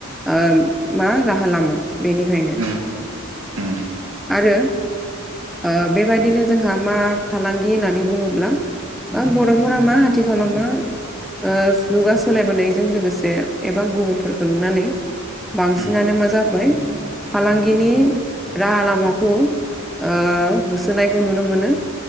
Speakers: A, in the centre; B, on the right.
A: ओ मा राहा लामा बेनिखायनो
B: उम उम
A: आरो ओ बेबायदिनो जोंहा मा फालांगि होननानै बुङोब्ला हो बर'फोरा मा आथिखालाव मा ओ जुगा सोलायबोनायजों लोगोसे एबा गुबुनफोरखौ नुनानै बांसिनानो
B: उम
A: मा जाबाय फालांगिनि राहा लामाखौ ओ होसोनायखौ नुनो मोनो।